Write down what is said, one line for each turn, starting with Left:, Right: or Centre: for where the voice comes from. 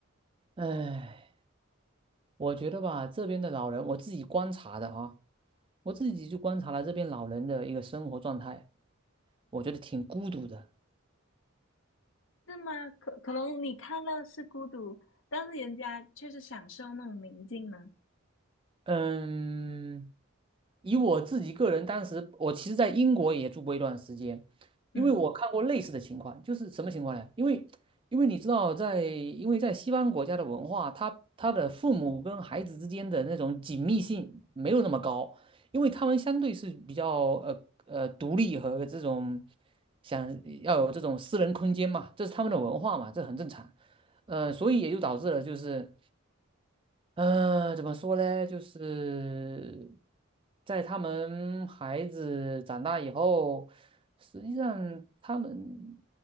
Right: 哎，我觉得吧，这边的老人，我自己观察的啊，我自己就观察了这边老人的一个生活状态，我觉得挺孤独的。
Left: 是吗？可可能你看到是孤独，但是人家却是享受那种宁静呢。
Right: 嗯，以我自己个人，当时我其实在英国也住过一段时间，因为我看过类似的情况，
Left: 嗯
Right: 就是什么情况呢？因为因为你知道在，因为在西方国家的文化，他他的父母跟孩子之间的那种紧密性没有那么高，因为他们相对是比较呃呃独立和这种想要有这种私人空间嘛，这是他们的文化嘛，这很正常。呃，所以也就导致了就是。呃，怎么说呢？就是在他们孩子长大以后，实际上他们